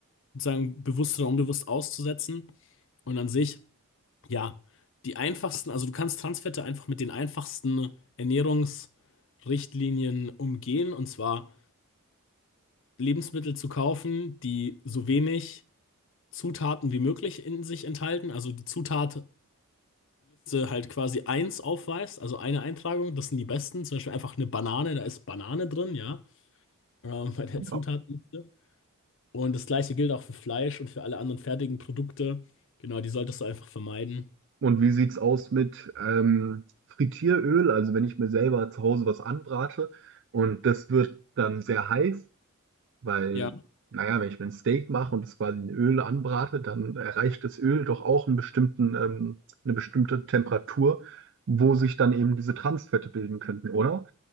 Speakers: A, on the left; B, on the right.
A: sozusagen bewusst oder unbewusst auszusetzen. Und an sich Ja, die einfachsten, also du kannst Transfette einfach mit den einfachsten Ernährungsrichtlinien umgehen, und zwar Lebensmittel zu kaufen, die so wenig Zutaten wie möglich in sich enthalten. Also die Zutatliste halt quasi eins aufweist, also eine Eintragung, das sind die besten. Zum Beispiel einfach eine Banane, da ist Banane drin, ja, ähm, bei der
B: Ja.
A: Zutatenliste. Und das gleiche gilt auch für Fleisch und für alle anderen fertigen Produkte. Genau, die solltest du einfach vermeiden.
B: Und wie sieht's aus mit ähm, Frittieröl? Also wenn ich mir selber zu Hause was anbrate und das wird dann sehr heiß, weil,
A: Ja.
B: naja, wenn ich mir ein Steak mache und das quasi in Öl anbrate, dann erreicht das Öl doch auch einen bestimmten, ähm, eine bestimmte Temperatur, wo sich dann eben diese Transfette bilden könnten, oder?